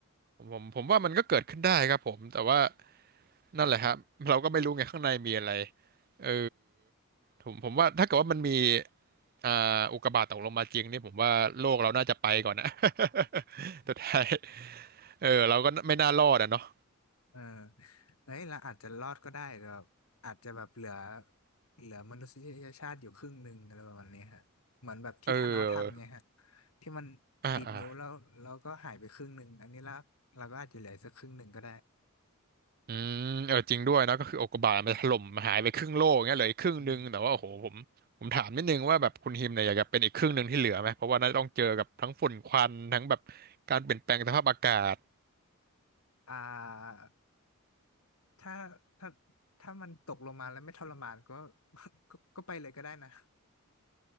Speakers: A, on the right; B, on the left.
A: ผมผมผมว่ามันก็เกิดขึ้นได้ครับผมแต่ว่านั่นแหละครับเราก็ไม่รู้ไงข้างในมีอะไรเออผมผมว่าถ้าเกิดว่ามันมี อ่าอุกกาบาตตกลงมาจริงนี่ผมว่าโลกเราน่าจะไปก่อนนะ <laughs> สุดท้ายเออเราก็ไม่น่ารอดอะเนาะ
B: เออเฮ้ยเราอาจจะรอดก็ได้แต่แบบอาจจะแบบเหลือเหลือมนุษยชาติอยู่ครึ่งหนึ่งอะไรประมาณนี้ฮะเหมือนแบบที่ธานอสทำไงฮะ
A: เออ
B: ที่มันดีดนิ้วแล้วแล้วก็หายไปครึ่งหนึ่งอันนี้ละเราก็อาจจะเหลือสักครึ่งหนึ่งก็ได้
A: อ่าอ่าอืมเออจริงด้วยนะก็คืออุกกาบาตมันถล่มหายไปครึ่งโลกเงี้ยเหลืออีกครึ่งหนึงแต่ว่าโอ้โหผมผมถามนิดนึงว่าแบบคุณฮิมเนี่ยอยากจะเป็นอีกครึ่งหนึ่งที่เหลือไหมเพราะว่าน่าจะต้องเจอกับทั้งฝุ่นควันทั้งแบบการเปลี่ยนแปลงสภาพอากาศ
B: อืมอ่าถ้าถ้าถ้ามันตกลงมาแล้วไม่ทรมานก็ <laughs> ก็ก็ไปเลยก็ได้นะ